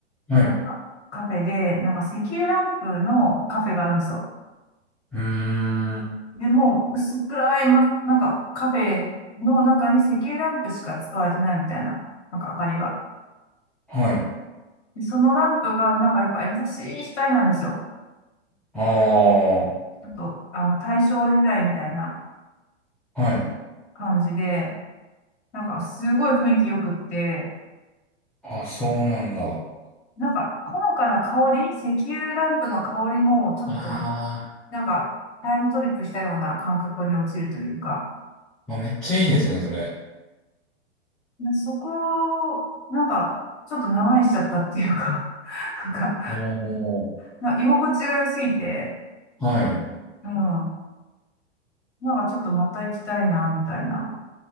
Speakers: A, in the centre; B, on the left.
A: はい。
B: なんかカフェで、
A: う
B: なんか石油ランプのカフェがあるんですよ。
A: ーん。
B: でも、薄暗い、ま、なんかカフェの中に石油ランプしか使われてないみたいな、なんか明かりが。
A: はい。
B: でそのランプがなんかやっぱ優しい光なんですよ。
A: ああ。
B: ちょっと、あの、大正時代みたいな
A: はい。
B: 感じで、なんかすごい雰囲気良くって、
A: あ、そうなんだ。
B: なんかほのかな香り、石油ランプの香りもちょっと、
A: あ
B: なんかタイムトリップしたような感覚に陥るというか、
A: ーあ、めっちゃいいですね、それ。
B: でそこを、なんかちょっと長いしちゃったっていうか、<laughs> なんか、
A: おー、
B: な居心地が良すぎて、
A: はい。い
B: うん、なんかちょっとまた行きたいな、みたいな。